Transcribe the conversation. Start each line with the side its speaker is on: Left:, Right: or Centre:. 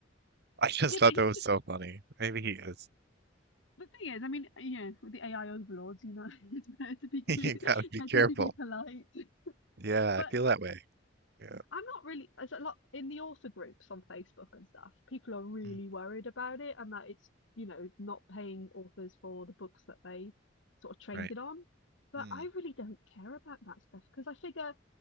Right: I just
Left: Yeah,
Right: thought
Left: but he
Right: that was so funny. Maybe he is. <laughs>
Left: The thing is, I mean, yeah, with the AI overlords, you know, <laughs> it's better to be good,
Right: You gotta be
Left: better
Right: careful.
Left: to be polite.
Right: Yeah,
Left: But
Right: I feel that way. Yeah.
Left: I'm not really, there's a lot in the author groups on Facebook and stuff. People are really
Right: Mm.
Left: worried about it and that it's, you know, not paying authors for the books that they sort of trained
Right: Right.
Left: on. But
Right: Mm,
Left: I really don't care about that stuff because I figure,